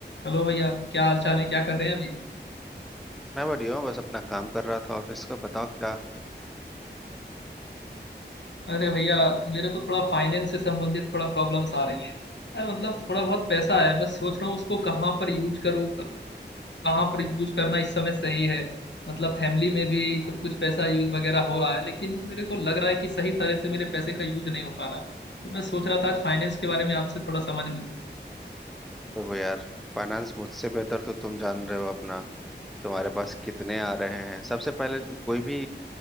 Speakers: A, on the left; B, in the centre.
A: Hello भैया क्या हाल चाल है क्या कर रहे हैं अभी
B: मैं बढ़िया हूँ बस अपना काम कर रहा था ऑफिस का बताओ क्या
A: अरे भैया मेरे को थोड़ा फाइनेंस से संबंधित थोड़ा प्रॉब्लम्स आ रही हैं यार मतलब थोड़ा बहुत पैसा है मैं सोच रहा हूँ उसको कहाँ पर यूज करूँ कहाँ पर यूज करना इस समय सही है मतलब फैमिली में भी कुछ कुछ पैसा यूज वगैरह हो रहा है लेकिन मेरे को लग रहा है कि सही तरह से मेरे पैसे का यूज नहीं हो पा रहा है तो मैं सोच रहा था आज फाइनेंस के बारे में आपसे थोड़ा समझ लूँ
B: देखो यार फाइनेंस मुझसे बेहतर तो तुम जान रहे हो अपना तुम्हारे पास कितने आ रहे हैं सबसे पहले कोई भी